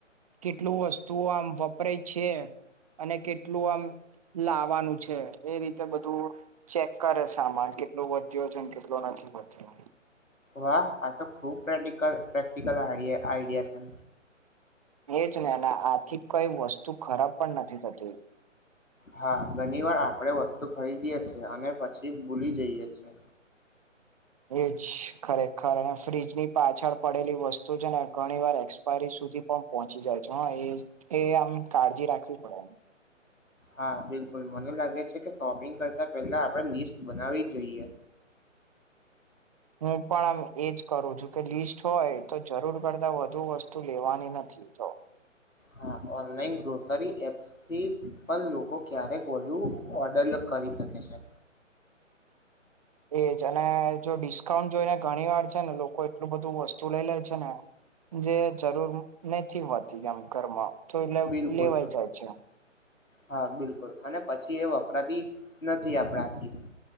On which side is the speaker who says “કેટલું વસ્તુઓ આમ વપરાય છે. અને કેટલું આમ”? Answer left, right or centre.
Right